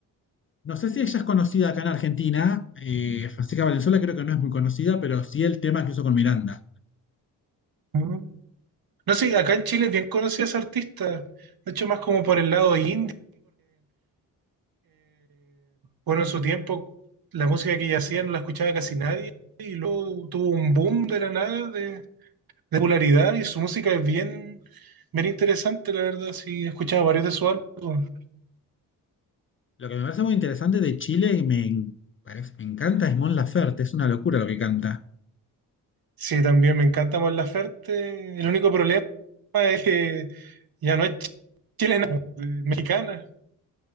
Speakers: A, on the left; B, on the right.
A: No sé si ella es conocida acá en Argentina. eh, Francisca Valenzuela creo que no es muy conocida, pero sí el tema que hizo con Miranda.
B: Mm. No sé, acá en Chile es bien conocida esa artista. De hecho, más como por el lado indie, Bueno, en su tiempo la música que ella hacía no la escuchaba casi nadie y luego tuvo un boom de la nada de, de popularidad y su música es bien, bien interesante, la verdad. Sí, he escuchado varios de sus álbumes.
A: Lo que me parece muy interesante de Chile y me, en- parece- me encanta es Mon Laferte, es una locura lo que canta.
B: Sí, también me encanta Mon Laferte. El único problema es que ya no es chilena, es mexicana.